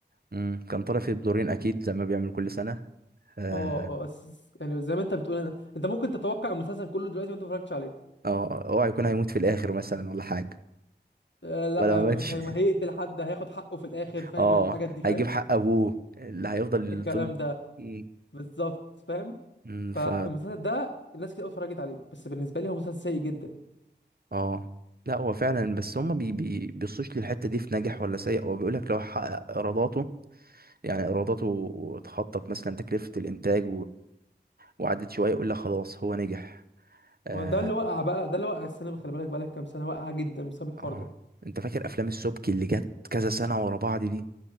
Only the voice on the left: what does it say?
اه اه بس يعني زي ما انت بتقول أنا- انت ممكن تتوقع المسلسل كله دلوقتي وانت ما اتفرجتش عليه
آه، لا
مش هي...
هيقتل حد هياخد حقه في الاخر فاهم
الحاجات دي فاهم
الكلام
ده
بالظبط فاهم
فالمسلسل
ده الناس كتير قوي اتفرجت عليه بس بالنسبه لي هو مسلسل سيء جدا
وده اللي وقع بقى ده اللي وقع السينما خلي بالك بقى لك كام سنه وقع جدا بسبب الحوار
ده